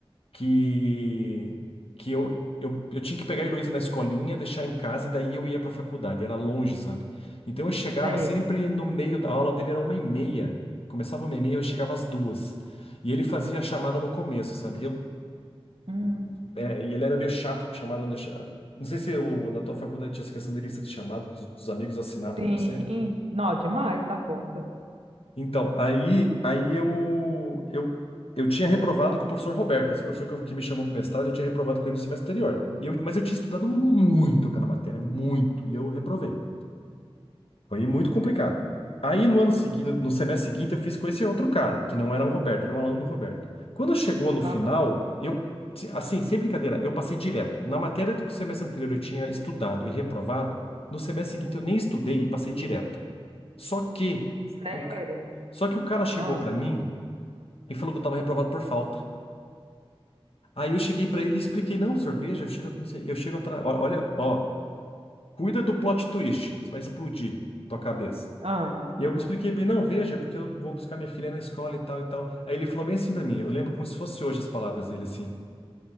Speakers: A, on the left; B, on the right.
A: que, que eu, eu, eu tinha que pegar a Heloísa na escolinha, deixar em casa e daí eu ia para a faculdade, era longe, sabe? Então eu chegava
B: sei.
A: sempre no meio da aula dele, era uma e meia, começava uma e meia, eu chegava às duas. E ele fazia a chamada no começo, sabe? E eu,
B: Hum,
A: é, e ele era meio chato com chamada, não deixava. Não sei se o- na tua faculdade tinha essa questão de lista de chamada dos, dos amigos assinar para
B: Sim.
A: você.
B: Não, demais da conta.
A: Então, aí, aí eu, eu, eu tinha reprovado com o professor Roberto, esse professor que, eu- que me chamou para o mestrado, eu tinha reprovado com ele no semestre anterior. E eu, mas eu tinha estudado muito aquela matéria, muito, e eu reprovei. Foi muito complicado. Aí no ano seguinte, no semestre seguinte, eu fiz com esse outro cara, que não era o Roberto, era o aluno do Roberto. Quando chegou no final,
B: Aham.
A: eu, se- assim, sem brincadeira, eu passei direto. Na matéria do semestre anterior eu tinha estudado e reprovado, no semestre seguinte eu nem estudei e passei direto. Só que
B: Sério?
A: o, ca- só que o cara chegou
B: Ah,
A: pra mim e falou que eu tava reprovado por falta. Aí eu cheguei pra ele e expliquei, não, professor, veja, eu chego, não sei, eu chego atrás, ó- olha, ó, cuida do plot twist, que vai explodir tua cabeça.
B: ah.
A: E eu expliquei pra ele, não, veja, é porque eu vou buscar minha filha na escola e tal e tal. Aí ele falou bem assim pra mim, eu lembro como se fosse hoje as palavras dele assim,